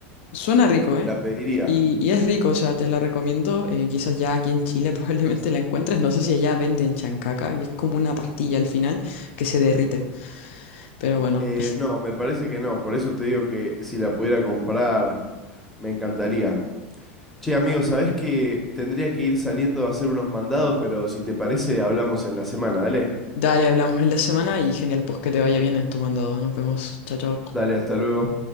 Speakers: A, on the left (about 75°); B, in the centre.
A: Suena rico, ¿eh?
B: la pediría.
A: Y, y es rico, o sea, te la recomiendo. eh, quizás ya aquí en Chile <laughs> probablemente la encuentres. No sé si allá venden chancaca, que es como una pastilla al final que se derrite. Pero bueno,
B: Eh,
A: es-
B: no, me parece que no. Por eso te digo que si la pudiera comprar, me encantaría. Che, amigo, sabés que tendría que ir saliendo a hacer unos mandados, pero si te parece, hablamos en la semana. Dale,
A: dale, hablamos en la semana y genial, pues que te vaya bien en tu mandado. Nos vemos. Chao, chao.
B: dale, hasta luego.